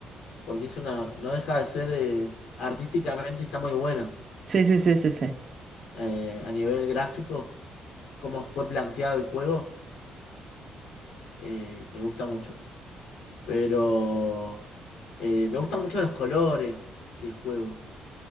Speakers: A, on the left; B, on the right.
A: porque es una, no deja de ser, eh, artísticamente está muy bueno
B: sí, sí, sí, sí, sí.
A: eh, a nivel gráfico. cómo fue planteado el juego, eh, me gusta mucho. Pero eh, me gustan mucho los colores del juego.